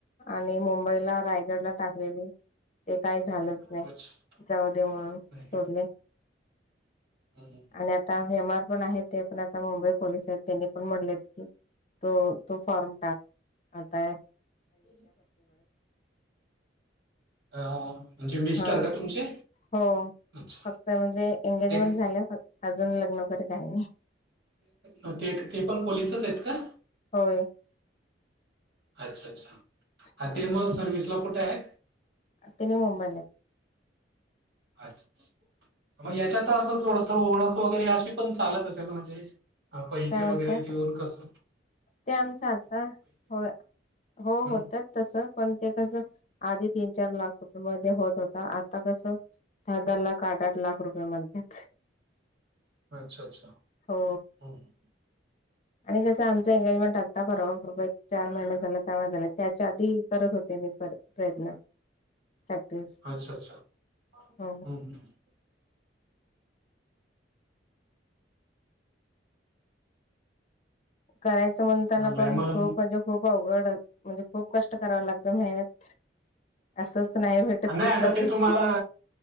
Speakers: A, on the left; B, on the right.
A: आणि मुंबईला रायगडला टाकलेले ते काही झालंच
B: अच्छा
A: नाही. जाऊ दे म्हणून सोडले.
B: नाही का हम्म.
A: आणि आता एम आर पण आहेत ते पण आता मुंबई पोलीस आहेत त्यांनी पण म्हणलेत की तो तो फॉर्म टाक आताय.
B: <inaudible> अ म्हणजे मिस्टर
A: हा
B: का तुमचे?
A: हो
B: अच्छा
A: फक्त म्हणजे एंगेजमेंट
B: ते
A: झाल्या फक्त अजून लग्न वगैरे काय नाही.
B: मग ते तिथे पण पोलिसच आहेत का?
A: होय.
B: अच्छा, अच्छा.
A: हा
B: ते मग सर्विसला कुठे आहेत?
A: त्यांनी मुंबईला आहेत.
B: अच्छा अच्छा, मग याच्यात
A: हा
B: अस थोडस ओळख वगैरे आशी पण चालत असेल ना? म्हणजे हा पैसे
A: काय म्हणताय
B: वगैरे देऊन कस
A: ते आमच आता होय. हो
B: हं
A: होतात. तस पण ते कसं आधी तीन चार लाख रुपये मध्ये होत होत आता कसं दहा-दहा लाख आठ-आठ लाख रुपये म्हणत्यात.
B: <inaudible> अच्छा अच्छा
A: हो
B: <inaudible> हम्.
A: आणि कसं आमचं एंगेजमेंट आता परवा परवा एक चार महिने झाले तवा झालेत. त्याच्या आधी करत होते मी पण प्रयत्न. प्रॅक्टिस
B: अच्छा, अच्छा <inaudible>
A: हो
B: हम् ह्.
A: करायचं म्हणतान
B: चांगलंय
A: पण
B: मला
A: खूप म्हणजे खूप अवघड म्हणजे खूप कष्ट करावं लागतं मेहनत असंच नाही भेटत
B: हा नाही
A: कुठलं
B: आता ते
A: पण.
B: तुम्हाला
A: <inaudible>